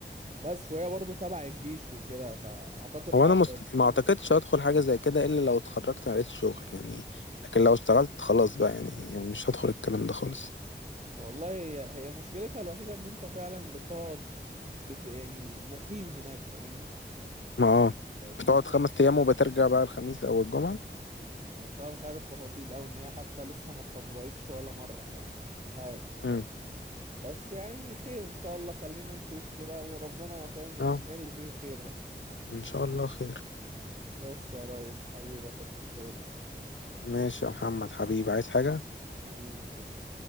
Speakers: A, on the right; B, on the left.
A: بس وهي برضه تبع الجيش وكده فاعتقد
B: هو
A: حاجه
B: انا مست...
A: كويسه
B: ما اعتقدش هدخل حاجة زي كده الا لو اتخرجت ما لقيتش شغل يعني لكن لو اشتغلت خلاص بقى يعني يعني مش هدخل الكلام ده خالص
A: والله هي هي مشكلتها الوحيده ان انت فعلا بتقعد بت يعني مقيم هناك فاهمني
B: ما اه بتقعد
A: دي دي
B: خمس ايام وبترجع بقى الخميس او الجمعة
A: يعني بصراحه مش عارف تفاصيل او ان هي حتى لسه ما اتطبقتش ولا مره فمش عارف
B: مم.
A: بس يعني خير ان شاء الله خلينا نشوف كده وربنا فاهم يكتب
B: اه
A: لنا اللي فيه الخير بقى
B: ان شاء الله خير
A: بس يا ريس حبيبي يا كابتن كرولز
B: ماشي يا محمد حبيبي عايز حاجة
A: حبيبي تسلم